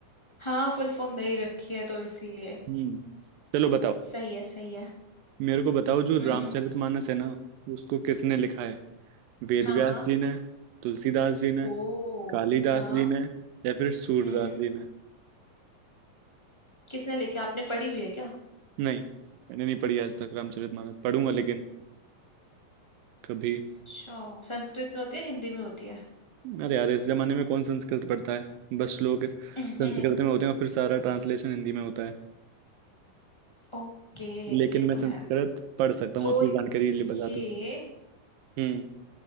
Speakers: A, on the left; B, on the right.
A: हाँ फुल फॉर्म दे ही रखी है तो इसीलिए
B: हम्म चलो बताओ
A: सही है सही है
B: मेरे को बताओ जो
A: हम्म
B: रामचरितमानस है ना उसको किसने लिखा है वेद
A: हाँ
B: व्यास जी ने तुलसीदास जी ने
A: ओ
B: कालिदास
A: हाँ
B: जी ने या फिर सूरदास
A: हम्म
B: जी ने
A: किसने लिखी आपने पढ़ी हुई है क्या
B: नहीं मैंने नहीं पढ़ी आज तक रामचरितमानस पढ़ूंगा लेकिन कभी
A: अच्छा संस्कृत में होती है हिंदी में होती है
B: अरे यार इस जमाने में कौन संस्कृत पढ़ता है बस लोग संस्कृत
A: <laughs>
B: में होते हैं और फिर सारा ट्रांसलेशन हिंदी में होता है
A: ओके
B: लेकिन
A: ये
B: मैं
A: तो
B: संस्कृत
A: है
B: पढ़ सकता हूँ
A: तो
B: अपनी
A: ये
B: जानकारी के लिए बता दूं हम्म